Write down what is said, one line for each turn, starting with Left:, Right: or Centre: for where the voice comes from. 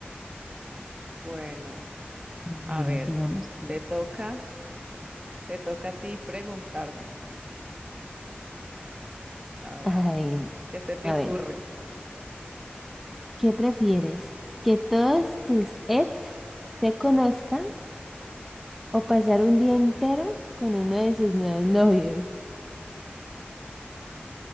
Right: Bueno,
Centre: Bueno,
Right: a ver,
Centre: sigamos. pues.
Right: te toca, te toca a ti preguntarme. A ver,
Centre: Ay,
Right: ¿qué se te
Centre: a
Right: ocurre?
Centre: ver, ¿qué prefieres? ¿Que todos tus ex te conozcan o pasar un día entero con uno de sus nuevos novios?